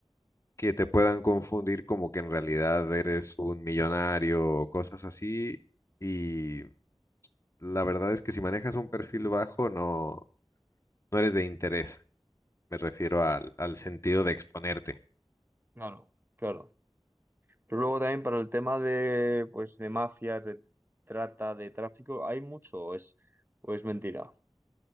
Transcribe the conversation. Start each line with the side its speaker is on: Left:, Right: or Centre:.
Left: que te puedan confundir como que en realidad eres un millonario o cosas así, y la verdad es que si manejas un perfil bajo, no, No eres de interés, me refiero al, al sentido de exponerte.
Right: Claro. Claro. Pero luego también para el tema de, pues, de mafias, de trata, de tráfico, ¿hay mucho o es, o es mentira?